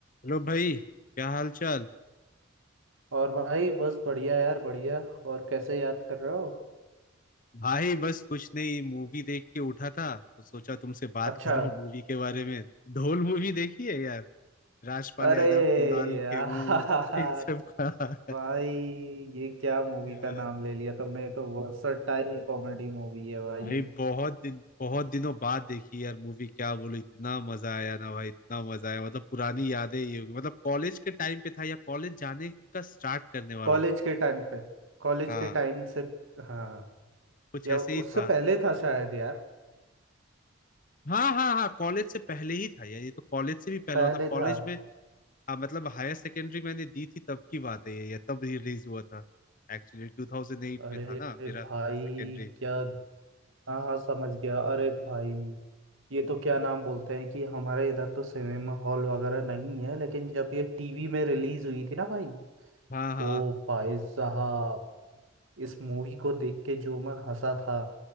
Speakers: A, on the left; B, on the right.
A: Hello भाई क्या हाल चाल
B: और भाई बस बढ़िया यार बढ़िया और कैसे याद कर रहे हो
A: भाई बस कुछ नहीं मूवी देख के उठा था तो सोचा तुमसे बात
B: अच्छा
A: करूं मूवी के बारे में ढोल मूवी देखी है यार राजपाल
B: अरे
A: यादव कुणाल
B: यार
A: खेमू इन सब का
B: भाई ये क्या मूवी
A: यार
B: का नाम ले लिया तुमने तो वर्सटाइल कॉमेडी मूवी है भाई
A: भाई बहुत दिन बहुत दिनों बाद देखी यार मूवी क्या बोलूं इतना मजा आया ना भाई इतना मजा आया मतलब पुरानी यादें ही होगी मतलब कॉलेज के टाइम पे था या कॉलेज जाने का स्टार्ट करने
B: कॉलेज
A: वाला था
B: के टाइम पे कॉलेज
A: हाँ
B: के टाइम से हाँ
A: कुछ
B: या
A: ऐसे
B: उससे
A: ही था
B: पहले था शायद यार
A: हाँ हाँ हाँ कॉलेज से पहले ही था यार ये तो कॉलेज से भी पहले
B: पहले
A: मतलब कॉलेज
B: था
A: में हाँ मतलब हायर सेकेंडरी मैंने दी थी तब की बात है ये ये तब रिलीज हुआ था एक्चुअली 2008
B: अरे
A: में था ना मेरा
B: भाई
A: हायर सेकेंडरी
B: क्या हाँ हाँ समझ गया अरे भाई ये तो क्या नाम बोलते हैं कि हमारे इधर तो सिनेमा हॉल वगैरह नहीं है लेकिन जब ये टीवी में रिलीज हुई थी ना भाई
A: हाँ हाँ
B: ओ भाई साहब इस मूवी को देख के जो मैं हंसा था